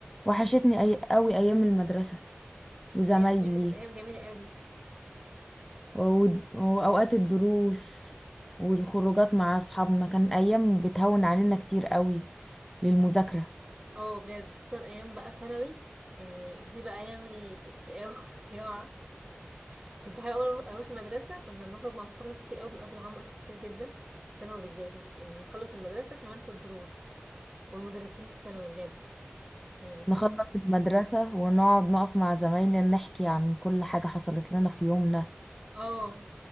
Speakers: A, in the centre; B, on the right.
A: وحشتني أي... قوي ايام المدرسة وزمايلي
B: أيام بجد كانت ايام جميله قوي
A: و- واوقات الدروس والخروجات مع اصحابنا كان ايام بتهون علينا كتير قوي للمذاكرة
B: اه بجد خصوصا ايام بقى ثانوي يعني دي بقى ايام ال- الشقاوه <laughs> والصياعه كنت حابه أوي اروح المدرسه كنا بنخرج مع اصحابنا كتير قوي بنقضي معاهم وقت كتير جدا في ثانوي بالذات يعني نخلص المدرسه كمان في الدروس والمدرسين في ثانوي بجد كانوا بيدينا
A: نخلص المدرسة ونقعد نقف مع زمايلنا نحكي عن كل حاجة حصلت لنا في يومنا
B: <laughs> اه